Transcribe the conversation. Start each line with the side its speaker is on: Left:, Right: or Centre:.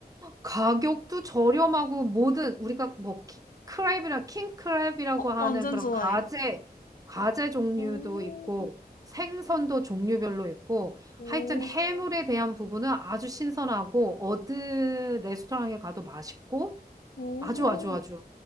Right: 가격도 저렴하고 모든 우리가 뭐 키- 크랩이라 킹크랩이라고
Left: 어,
Right: 하는
Left: 완전
Right: 그런
Left: 좋아해요.
Right: 가재 가재 종류도
Left: 오,
Right: 있고 생선도 종류별로 있고
Left: 오,
Right: 하여튼 해물에 대한 부분은 아주 신선하고 어느 레스토랑에 가도 맛있고
Left: 오.
Right: 아주 아주 아주